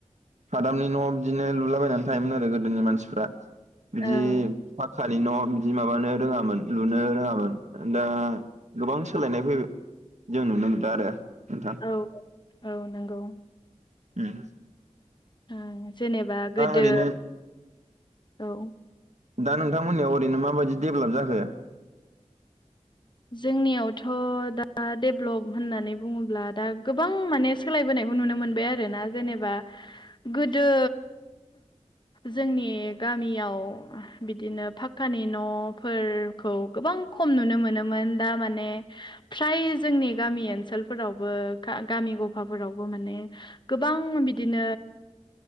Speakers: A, on the right (about 70°); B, on the left (about 40°).
A: हादामनि न' बिदिनो लुलाबायनानै थायोमोन आरो गोदोनि मानसिफ्रा बिदि
B: ओं
A: फा खानि न' बिदि माबानो रोङामोन लुनो रोङामोन दा गोबां सोलायनाय फैबाय जों नुनो मोनदों आरो नोंथां
B: औ औ औ नोंगौ
A: ओम
B: ओं जेनेबा गोदो
A: ओरैनो
B: औ
A: दा नोंथांमोननियाव ओरैनो माबायदि डेभेलप जाखो?
B: जोंनियावथ' दा डेभ्लप होननानै बुङोब्ला दा गोबां माने सोलायबोनायखौ नुनो मोनबाय आरोना जेनेबा गोदो जोंनि गामियाव बिदिनो फाक्कानि न'फोरखौ गोबां खम नुनो मोनो मोन दा माने फ्राय जोंनि गामि ओनसोलफोरावबो गामि गफाफोरावबो माने गोबां बिदिनो